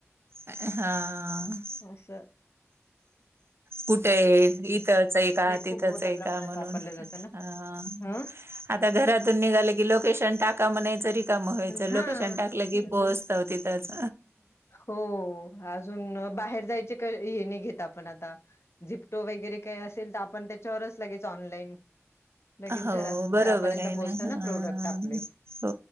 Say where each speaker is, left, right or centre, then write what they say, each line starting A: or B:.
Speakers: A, on the right; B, on the left.
A: हा!
B: अस
A: कुठे आहे इथंच आहे का तिथंच
B: खूप मोठ्या
A: आहे
B: प्रमाणात
A: का म्हणून
B: वापरलं जातं ना
A: हा
B: ह
A: आता घरातून निघालं की लोकेशन टाका म्हणायचं रिकाम व्हायचं
B: हा
A: लोकेशन टाकलं की पोहचत. तीथच.
B: हो अजून बाहेर जायचे का हे नाही घेत आपण आता झिप टो वगैरे काही असेल तर आपण त्याच्यावरच लागेच ऑनलाईन लगेच
A: हो
B: घरात
A: बरोबर
B: घरापर्यंत
A: आहे
B: पोहोचत ना
A: हां.
B: प्रोडक्ट आपले
A: हो